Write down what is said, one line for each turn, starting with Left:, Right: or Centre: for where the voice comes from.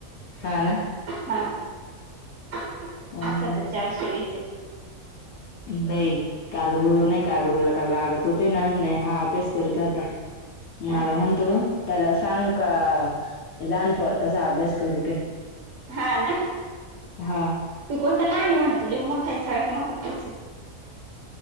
Left: हा ना.
Right: हा असा
Left: हा हा
Right: तर चारशे वीस.
Left: नाहीई काल गुरु नाही का गुरुला काल कागद होते ना नाही हा अभ्यास करत होता.
Right: आहे
Left: मला म्हणतो त्याला सांग का लहानपर कसा अभ्यास करीत आहे.
Right: हा ना.
Left: हा
Right: तू कोणता लहान आहे म्हणा तु ले मोठा आहे सगळ्यात मोठा तैसे